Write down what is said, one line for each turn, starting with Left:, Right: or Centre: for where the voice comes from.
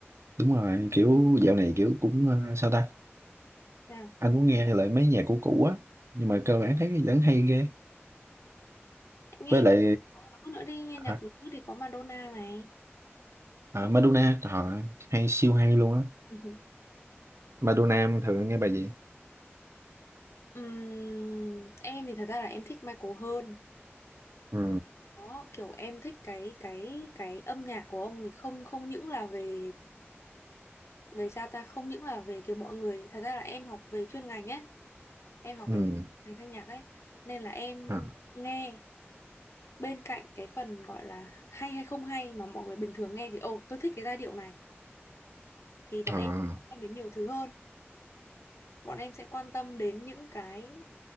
Right: đúng rồi kiểu dạo này kiểu cũng ờ, sao ta
Left: nào
Right: anh muốn nghe lại mấy nhạc của cũ á nhưng mà cơ bản thấy vẫn hay ghê
Left: nghe
Right: với lại
Left: nghe nhạc nữ nữa đi nghe
Right: hả?
Left: nhạc của nữ thì có Madonna này
Right: à, Madonna họ hay siêu hay luôn á
Left: <laughs>
Right: ba đô nam thường nghe bài gì
Left: Ừm, em thì thật ra là em thích Michael hơn
Right: ừ.
Left: đó kiểu em thích cái cái cái âm nhạc của ông thì không không những là về về sao ta không những là về kiểu mọi người thật ra là em học về chuyên ngành ấy em học
Right: ừ
Left: về ngành thanh nhạc ấy nên là em
Right: à,
Left: nghe bên cạnh cái phần gọi là hay hay không hay mà mọi người bình thường nghe thì ồ tôi thích cái giai điệu này thì bọn
Right: à,
Left: em quan tâm đến nhiều thứ hơn bọn em sẽ quan tâm đến những cái